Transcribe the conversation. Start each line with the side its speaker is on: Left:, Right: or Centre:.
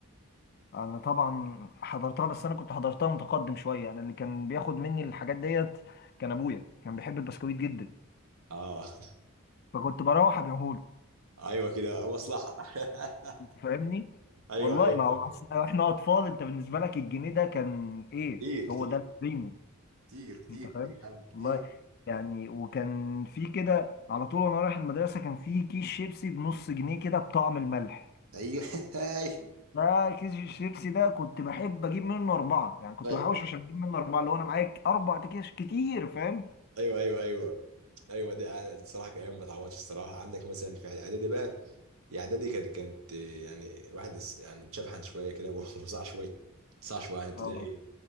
Left: انا طبعا حضرتها بس انا كنت حضرتها متقدم شويه انا اللي كان بياخد مني الحاجات ديت كان ابويا كان بيحب البسكويت جدا
Right: اه <laughs>
Left: فكنت بروح ابيعهوله
Right: ايوه كده آه، مصلحه <laughs>
Left: فاهمني
Right: ايوه
Left: والله
Right: ايوه
Left: ما هو
Right: أيوة.
Left: أصل احنا اطفال انت بالنسبه لك الجنيه ده كان ايه
Right: كتير كتير
Left: هو ده البريميوم
Right: كتير كتير
Left: انت فاهم
Right: كتير يا عم كتير
Left: والله يعني وكان في كده على طول وانا رايح المدرسه كان في كيس شيبسي بنص جنيه كده بطعم الملح
Right: ايوه <laughs>
Left: ده كيس الشيبسي ده كنت بحب اجيب منه اربعه يعني كنت
Right: طيب
Left: بحوش عشان اجيب منه اربعه اللي هو انا معايا اربع اكياس كتير فاهم
Right: ايوه ايوه ايوه ايوه ده دي صراحه كان ايام ما تعوضش الصراحه عندك مثلا في اعدادي بقى هي اعدادي كانت كانت يعني الواحد اس- يعني اتشبحن شويه كده <laughs> وصاع شويه صاع شويه عن ابتدائي
Left: اه